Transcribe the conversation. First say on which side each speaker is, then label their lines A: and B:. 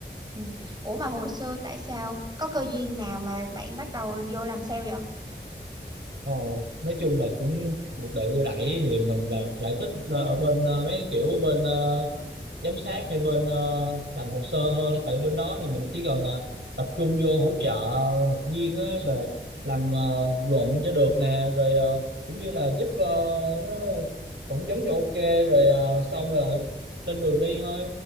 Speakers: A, on the right (about 25°); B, on the right (about 85°).
A: ừ. Ủa mà hồi xưa tại sao có cơ duyên nào mà bạn bắt đầu vô làm sale vậy?
B: Ồ, nói chung là cũng cuộc đời đưa đẩy thì mình là lại thích là ở bên ờ, mấy kiểu ở bên ờ, giám sát hay bên ờ, làm hồ sơ hơn tại bên đó thì mình chỉ cần là tập trung vô hỗ trợ học viên á, là làm ờ, luận cho được nè rồi ờ, cũng như là giúp ờ, nó phỏng vấn cho ok rồi ờ, xong là lên đường đi thôi